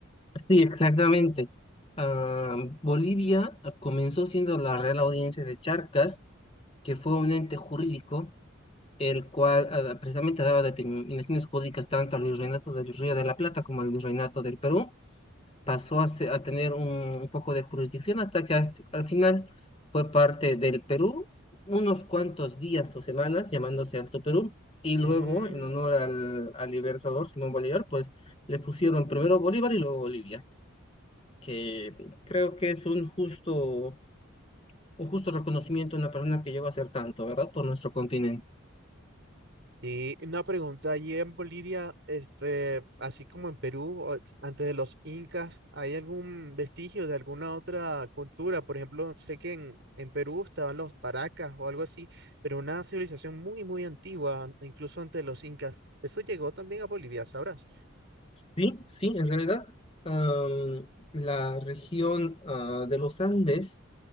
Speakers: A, on the left; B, on the right.
A: Sí, exactamente. Ah, Bolivia ah, comenzó siendo la Real Audiencia de Charcas, que fue un ente jurídico, el cual ah, precisamente daba determinaciones jurídicas tanto al virreinato del Río de la Plata como al virreinato del Perú pasó a, se- a tener un, un poco de jurisdicción hasta que al, al final fue parte del Perú, unos cuantos días o semanas llamándose Alto Perú, y
B: Ujú.
A: luego en honor al, al libertador Simón Bolívar, pues le pusieron primero Bolívar y luego Bolivia, que creo que es un justo, un justo reconocimiento a una persona que lleva a hacer tanto, ¿verdad? Por nuestro continente.
B: Sí, una pregunta, allí en Bolivia, este, así como en Perú, o ex- antes de los incas, ¿hay algún vestigio de alguna otra cultura? Por ejemplo, sé que en, en Perú estaban los paracas o algo así, pero una civilización muy, muy antigua, an- incluso antes de los incas. Eso llegó también a Bolivia, ¿sabrás?
A: Sí, sí, en realidad, am, la región, ah, de los Andes